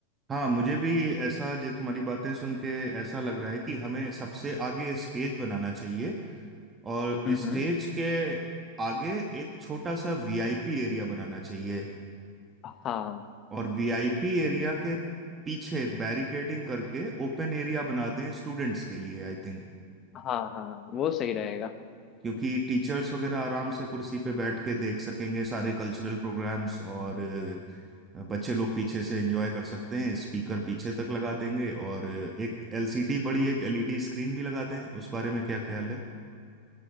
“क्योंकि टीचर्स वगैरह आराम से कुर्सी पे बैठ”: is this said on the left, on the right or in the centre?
Right